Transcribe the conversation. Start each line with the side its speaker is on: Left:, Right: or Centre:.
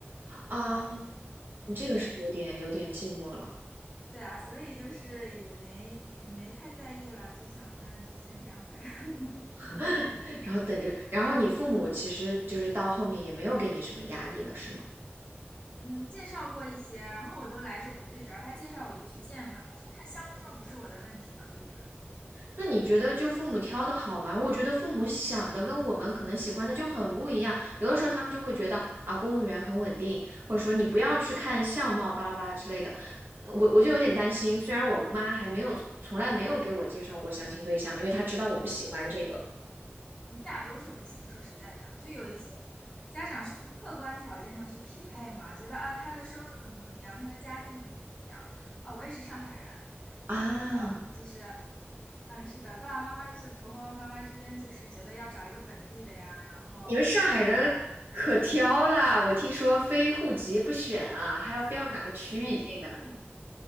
Left: 人。
Right: 啊，
Left: 嗯，
Right: 你这个是有点有点寂寞了，
Left: 对，对啊，所以就是也没也没太在意了，就想那就先这样呗。<laughs>
Right: <laughs>
Left: 嗯
Right: 然后等着，然后你父母其实就是到后面也没有给你什么压力了，是吗？
Left: 嗯，介绍过一些，然后我都来者不拒，只要他介绍我就去见嘛。但是他相不中不是我的问题嘛，对不对？
Right: 那你觉得就父母挑的好吗？我觉得父母想的跟我们可能喜欢的就很不一样，有的时候他们就会觉得啊，公务员很稳定，或者说你不要去看相貌巴拉巴拉之类的，我我就有点担心，虽然我妈还没有从从来没有给我介绍过相亲对象，因为她知道我不喜欢这个
Left: 嗯，大多数不行。说实在的，就有一些家长是从客观条件上去匹配嘛，觉得啊，他的收入怎么怎么样，他的家境怎么怎么样啊。我也是上海人，
Right: 啊。
Left: 啊，就是，嗯，是的，爸爸妈妈就是婆婆妈妈之间就是觉得要找一个本地的呀，然后，
Right: 你们上海人可挑啦，
Left: 啊，
Right: 我听说非户籍不选啊，还要非要哪个区以内的。
Left: 但是父母